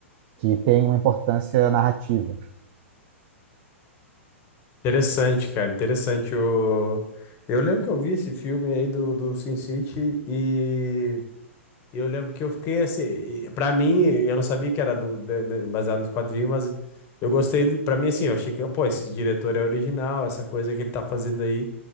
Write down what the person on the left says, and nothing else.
Interessante, cara. Interessante o. Eu lembro que eu vi esse filme aí do, do Sin City e eu lembro que eu fiquei assim. e Pra mim, eu não sabia que era do, de- de- baseado nos quadrinhos, mas eu gostei. de- Pra mim, assim, eu achei que, pô, esse diretor é original, essa coisa que ele tá fazendo aí.